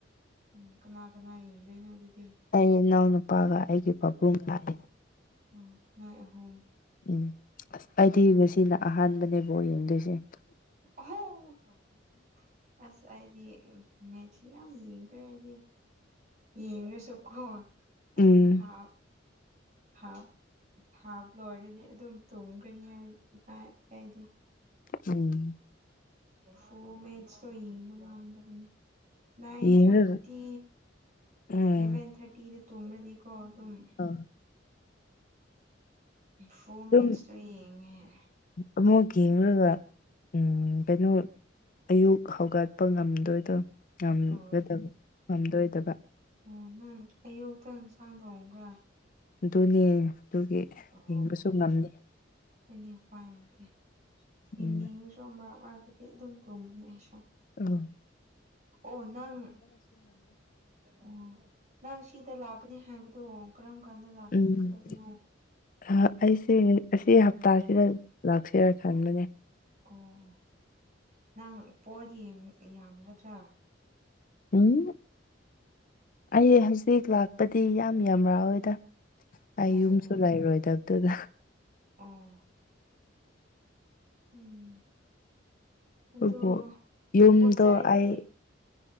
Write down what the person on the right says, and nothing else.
ꯎꯝ ꯀꯅꯥ ꯀꯅꯥ ꯌꯦꯡꯗꯣꯏꯅꯣ ꯑꯗꯨꯗꯤ
ꯑꯣ ꯅꯣꯏ ꯑꯍꯨꯝ
ꯍ <unintelligible> ꯑꯁ ꯑꯩꯗꯤ ꯃꯦꯠꯁ ꯌꯥꯝ ꯂꯤꯡꯈ꯭ꯔꯦ ꯑꯩꯗꯤ ꯌꯦꯡꯔꯁꯨꯒꯣ ꯑꯩ
ꯍꯥꯞ ꯍꯥꯞ ꯍꯥꯞ ꯂꯣꯏꯔꯗꯤ ꯑꯗꯨꯝ ꯇꯨꯝꯒ꯭ꯔꯅꯤ ꯑꯩꯗꯤ
ꯐꯨꯜ ꯃꯦꯠꯁꯇꯣ ꯌꯦꯡꯕ ꯉꯝꯗꯕꯅꯦ ꯅꯥꯏꯟ
ꯊꯥꯔꯇꯤ
ꯏꯂꯚꯦꯟ ꯊꯥꯔꯇꯤꯗ ꯇꯨꯝ꯭ꯔꯗꯤꯀꯣ ꯑꯗꯨꯝ
ꯐꯣꯔ
ꯃꯦꯠꯁꯇꯣ ꯌꯦꯡꯉꯦ
ꯍꯣꯏ
ꯑꯣ ꯅꯪ ꯑꯌꯨꯛꯇ ꯌꯦꯟꯁꯥꯡ ꯊꯣꯡꯕꯔꯥ
ꯑꯣ
ꯑꯣ
ꯍꯣꯏꯅꯦ ꯎꯄꯥꯏ ꯂꯩꯇꯦ ꯌꯦꯡꯅꯤꯡꯂꯁꯨ
ꯃꯔꯛ-ꯃꯔꯛ ꯇꯗꯤ ꯑꯗꯨꯝ ꯇꯨꯝꯕꯅꯦ ꯑꯩ ꯁꯨ
ꯑꯣ ꯅꯪ ꯑꯣ ꯅꯪ ꯁꯤꯗ ꯂꯥꯛꯀꯅꯤ ꯍꯥꯏꯕ ꯑꯗꯣ ꯀꯔꯝ ꯀꯥꯟꯗ ꯂꯥꯛꯀꯗꯕꯅꯣ
ꯑꯣ ꯅꯪ ꯄꯣꯠ ꯌꯦꯝ ꯌꯥꯝꯒꯗ꯭ꯔꯥ
ꯑꯣ
ꯑꯥ ꯎꯝ ꯑꯗꯨ
ꯄꯆꯥꯏꯗꯤ